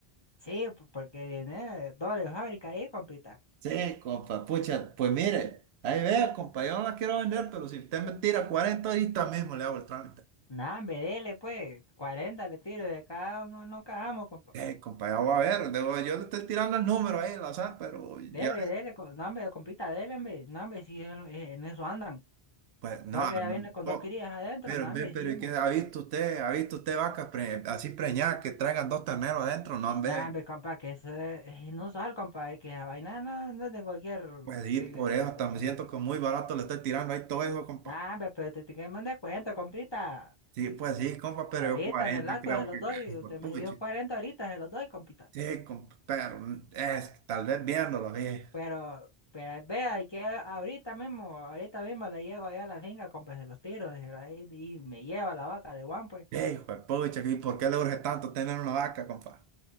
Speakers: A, on the left (about 30°); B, on the right (about 80°).
A: sí, p- porque viene doble fábrica ahí, compita.
B: Sí, compa, pucha, pues mire, ahí vea, compa, yo no la quiero vender, pero si usted me tira 40 ahorita mismo le hago el trámite.
A: Nah, hombre, dele, pues, cuarenta, le tiro de cada uno, no cagamos, compa.
B: Eh, compa, ya voy a ver, debo- yo le estoy tirando el número ahí al azar, pero ya,
A: Dele, dele, com- no, hombre, compita, dele, hombre, no, hombre, sí, en, en eso andan,
B: pues no,
A: porque ya viene con
B: no,
A: dos crías adentro,
B: Pero,
A: no, hombre,
B: ve, pero
A: sí, hombre.
B: ¿y qué ha visto usted? ¿Ha visto usted vacas pre- así preñadas que traigan dos terneros adentro? No, hombre.
A: Nah, hombre, compa, que eso es es inusual, compa, y que la vaina no, no es de cualquier,
B: Pues sí,
A: de,
B: por eso
A: de
B: hasta
A: cualquier.
B: me siento que muy barato le estoy tirando ahí todo eso, compa.
A: Nah, hombre, pero te tenemos un descuento, compita.
B: Sí, pues sí, compa, pero
A: Ahorita
B: yo 40
A: en el acto
B: creo
A: se los
B: que
A: doy,
B: <laughs> hijo
A: usted
B: de pucha.
A: me dio 40 ahorita, se los doy, compita.
B: Sí, compa, pero es que tal vez viéndolo, bien
A: Pero, pero vea, y que ahorita mismo, ahorita mismo le llego allá a la finca, compa, se los tiro, se ahí, y me lleva la vaca de Juan, pues.
B: "Ey, hijo de pucha, ¿y por qué le urge tanto tener una vaca, compa?